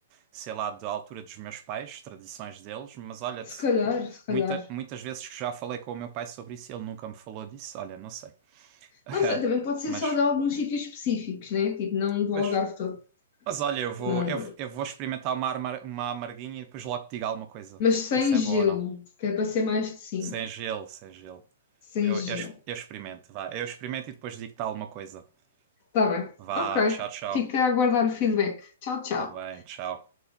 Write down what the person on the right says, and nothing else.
sei lá, da altura dos meus pais, tradições deles, mas olha,
muita, muitas vezes que já falei com o meu pai sobre isso, ele nunca me falou disso, olha, não sei. <laughs>
Mas,
pois.
Mas olha, eu vou,
eu, eu vou experimentar uma, amar- uma amarguinha e depois logo te digo alguma coisa.
Ver se é
bom ou não.
Sem gelo, sem gelo.
Eu,
eu, ex- eu experimento, vá. Eu experimento e depois digo-te alguma coisa.
Vá,
tchau, tchau.
Tá bem, tchau.